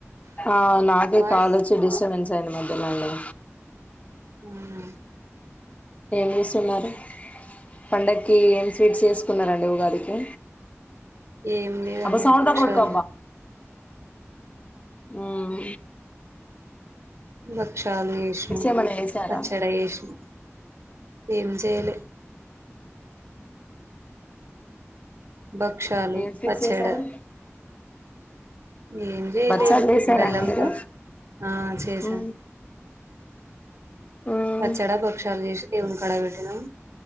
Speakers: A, on the left (about 30°); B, on the right (about 70°).
A: ఆ నాకే
B: వాయిస్
A: కాల్ వచ్చి డిస్టబెన్స్ అయ్యింది మధ్యలోనె
B: అవునా
A: ఏం చేస్తున్నారు, పండగకి ఏం స్వీట్స్ చేసుకున్నారండి ఉగాదికి
B: ఏం లేదన్న
A: అబ్బా సౌండ్
B: బక్షాలు
A: తక్కువ పెట్టుకో హ్మ్
B: బ బక్షాలు చేసినం
A: ఏమన్నా చేసారా
B: పచ్చడి చేసినం ఏం చేయలే భక్షాలు
A: ఏం స్వీట్స్
B: పచ్చడ
A: చేశారు
B: ఏం చేయలేదు
A: బచ్చాలు చేసారా
B: బెల్ల
A: అండి మీరు
B: తోటి ఆ చేసాను
A: మ్మ్ మ్మ్
B: అచ్చడ పక్షాలు చే ఏవును కడబట్టన